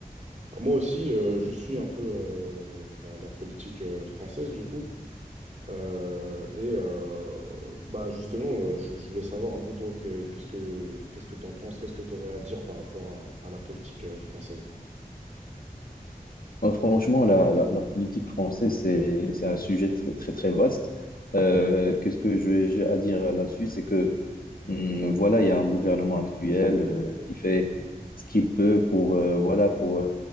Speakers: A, on the right; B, on the left.
A: Bah, Moi aussi, euh, je suis un peu euh, la, la politique euh, française, du coup. Euh, et euh, bah justement, euh, je, je voulais savoir un peu, toi, que- qu'est-ce que qu'est-ce que tu en penses, qu'est-ce que tu aurais à dire par rapport à, à la politique euh, française.
B: Ouais, Franchement, la, la- la politique française, c'est, c'est un sujet très, très, très vaste. Euh, qu'est-ce que je- j'ai à dire là-dessus? C'est que, hum, voilà, il y a un gouvernement actuel euh, qui fait ce qu'il peut pour, euh, voilà, pour,